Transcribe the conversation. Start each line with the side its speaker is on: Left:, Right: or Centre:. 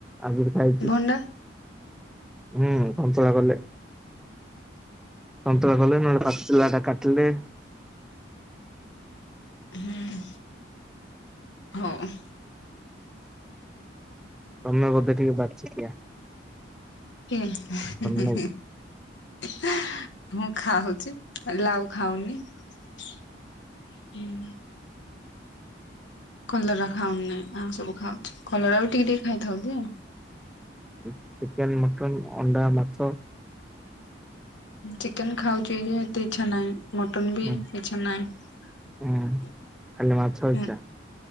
Centre: ଆଗରୁ ଖାଇଛି।
Left: ଭଣ୍ଡା
Centre: ହୁଁ ସନ୍ତୁଳା କଲେ। ସନ୍ତୁଳା କଲେ ନହେଲେ ପାଚିଲାଟା କାଟିଲେ
Left: ହୁଁ ହଉ।
Centre: ତମେ ବୋଧେ ଟିକେ ବାଛି ଖିଆ।
Left: ହେଁ ହେ
Centre: ନାଇଁ କି
Left: ହେ ହେ ଖାଉଛି ଲାଉ ଖାଉନି ହୁଁ। କଲରା ଖାଉନି ଆଉ ସବୁ ଖାଉଛି। କଲରା ବି ଟିକେ ଟିକେ ଖାଇଥାଉଛି ଆଉ।
Centre: ଚିକେନ୍, ମଟନ୍, ଅଣ୍ଡା, ମାଛ?
Left: ଚିକେନ ଖାଉଛି ଯେ ଏତେ ଇଚ୍ଛା ନାହିଁ। ମଟନ୍ ବି
Centre: ହୁଁ
Left: ଇଚ୍ଛା ନାହିଁ।
Centre: ହୁଁ ଖାଲି ମାଛ ଇଚ୍ଛା